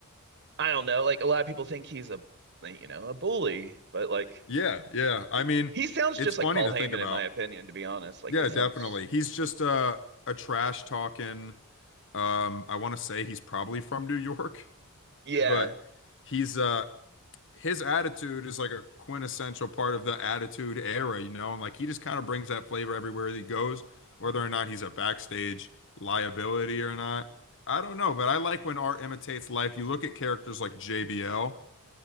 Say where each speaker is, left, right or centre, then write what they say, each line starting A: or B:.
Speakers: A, on the right (about 50°); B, on the left (about 60°).
A: I don't know, like a lot of people think he's a, like, you know, a bully, but like,
B: Yeah, yeah. I
A: th-
B: mean,
A: he sounds
B: it's
A: just
B: funny
A: like Paul
B: to
A: Heyman,
B: think about.
A: in my opinion, to be honest. Like,
B: Yeah,
A: they sound,
B: definitely.
A: s-
B: He's just a a trash talking. Um, I want to say he's probably from New York,
A: yeah,
B: but he's uh his attitude is like a quintessential part of the attitude era, you know, and like he just kind of brings that flavor everywhere he goes, whether or not he's a backstage liability or not. I don't know, but I like when art imitates life. You look at characters like JBL,